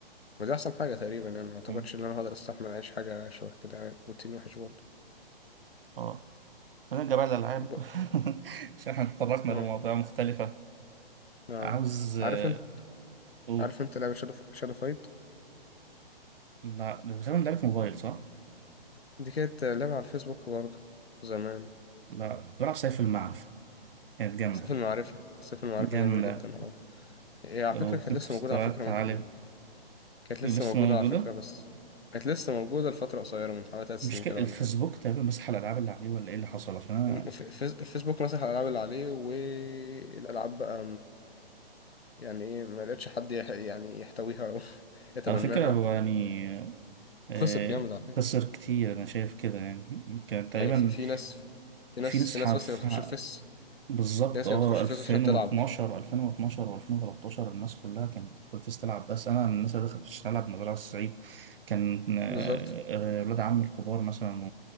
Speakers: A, on the left (about 80°); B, on the right (about 65°).
A: ودي احسن حاجه تقريبا يعني ما اعتقدش
B: مم.
A: ان انا هقدر استحمل اعيش حاجه شبه كده يعني روتين وحش برضه
B: اه فنرجع بقى للألعاب
A: ب...
B: <laughs> عشان احنا اتطرقنا
A: اه
B: لمواضيع مختلفة
A: اه
B: عاوز آه،
A: عارف انت
B: أقول
A: عارف انت لعبه شادو, شادو فايت
B: لا غالبا لعبة موبايل صح؟
A: دي كانت لعبه على الفيسبوك برضه زمان
B: لا كنت بلعب سيف المعرفة كانت جامدة
A: سيف المعرفه سيف المعرفه
B: جامدة
A: جميل جدا اه هي على
B: وكنت
A: فكره كانت لسه
B: في مستويات
A: موجوده على فكره
B: عالية
A: من... كانت
B: ولسه
A: لسه موجوده
B: موجودة
A: على فكره بس كانت لسه موجوده لفتره قصيره من حوالي ثلاث سنين
B: مش كده
A: كده
B: الفيسبوك
A: ولا حاجه
B: تقريبا مسح الالعاب اللي عليه ولا ايه اللي حصل عشان انا
A: الف- الفيسبوك مسح الالعاب اللي عليه والالعاب بقى يعني ايه ما لقيتش حد يح- يعني يحتويها او <laughs> يتبناها
B: على فكره هو يعني آه،
A: خسر جامد على فكرة
B: خسر كتير انا شايف كده يعني كان تقريبا
A: يعني في في ناس في, في ناس
B: في نسحه
A: في ناس
B: في
A: بس كانت بتخش الفيس
B: بالظبط
A: في ناس
B: اه
A: كانت بتخش
B: 2012
A: الفيس وتحلم تلعب
B: 2012 و2013 الناس كلها كانت في الفيس تلعب بس انا من الناس اللي دخلت فيس تلعب مزرعه الصعيد كان آه،
A: بالظبط
B: آه، ولاد عمي الكبار مثلا